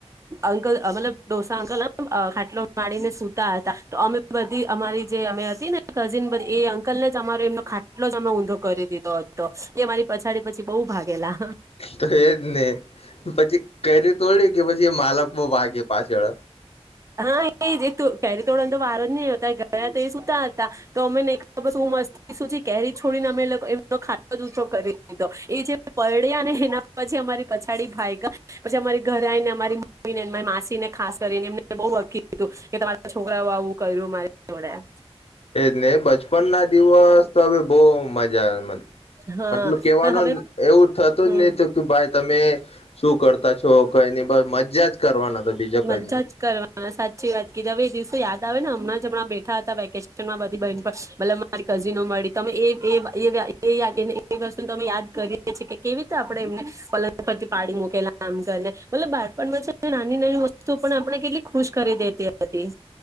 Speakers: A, on the right; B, on the left.
A: અંકલ મતલબ ડોસા અંકલ ખાટલો મારીને સતા હતા, તો અમે બધી અમારી જે અમે ને કઝિન એ અંકલ ને જ અમારો એમનો ખાટલો જ અમે ઊંધો કરી દીધો હતો, એ મારી પછડી પછી બઉુ ભાગેલા.
B: તો એજ નહી, પછી કેરી તોડી કે પછી એ માલક બહ ભાગે પાછળ.
A: હા એ ફેરી તોડનો તો વારો જ નહીતા ગયા તો એ સુતા હતા. તો અમેને મસ કેરી છોડીને અમે ખાટો કરી દીધો, એ જે પડ્યા ને એના પછી અમારી પછાડી ભાઈ ગ પછી અમારી ઘરે આવીને અમારી મમ્મીનેરી માસીને ખાસ કરીને એમને બકીધું, કે તમારા છોકરાઓ આવું કર્યું માયા
B: એજ ને બચપન ના દિવસ તો હવે બઉ મજા
A: હા
B: મતલબ કેવાનું
A: પણ હવે
B: એવું થતું
A: હમ
B: જ નહ કે ભાઈ તમે શું કર પાછો કઈની બ મજા જ કરવાના. તો બીજો
A: મજા
B: કઈ નહી
A: જ કરવાના સાચી વાત ક હવે એ દિવસો યાદ આવે હમણાં જ હમણાં બેઠા હતા વેકેશનમાં બધી બરી કઝિનો મળી વસ્તુ અમે યાદ કરીએ છી કે કેવી રીતે આપથી પાડી મકેલામ બાપણ ના ના તો પણ આપણે કેટલી ખુશ કરી દેતી હતી.